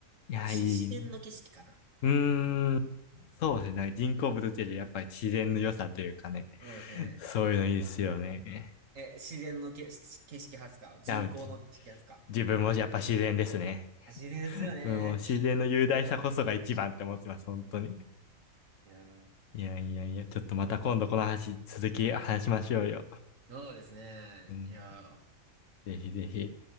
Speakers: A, on the left (about 75°); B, on the right (about 75°).
A: いや、
B: あのし、
A: いいな。
B: 自然の景色かな。
A: うーん。
B: うん
A: そうですね。人工物っていうよりやっぱり自然の良さというかね。
B: そうですね。
A: そういうのいいですよね。い
B: え、自然のけ、し景色派っすか人工の景色派っすか
A: や、じ自分もやっぱ自然ですね。
B: 自然ですよね。
A: うんもう自然の雄大さこそが一番って思ってます。本当に。
B: うん。いやー、
A: いやいやいや、ちょっとまた今度この話、続き話しましょうよ。
B: そうですね。
A: うん。
B: いやー。
A: ぜひぜひ。